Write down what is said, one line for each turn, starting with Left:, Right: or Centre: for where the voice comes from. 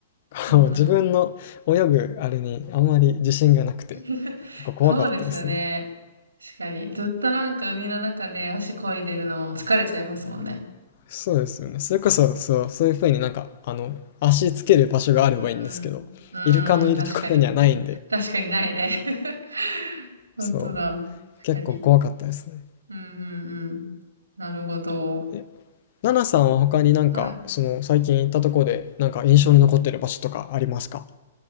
Right: うんうん。
Left: こう自分の泳ぐあれにあんまり自信がなくて、
Right: <laughs>
Left: 結構怖かったですね。
Right: そうですよね。確かに。ずっとなんか海の中で足漕いでるの疲れちゃいますもんね。
Left: そうですよね。それこそ、そう、そういう風になんか、あの、足つける場所があればいいんですけど、
Right: うんうん。う
Left: イルカのいるところにはないんで、
Right: ーん、確かに。確かにないね。<laughs> 本当だ。
Left: そう、結構怖かったですね。
Right: 確かに。うんうんうん。なるほど。
Left: え、ナナさんは他になんか、
Right: はい。
Left: その最近行ったとこで、なんか印象に残ってる場所とかありますか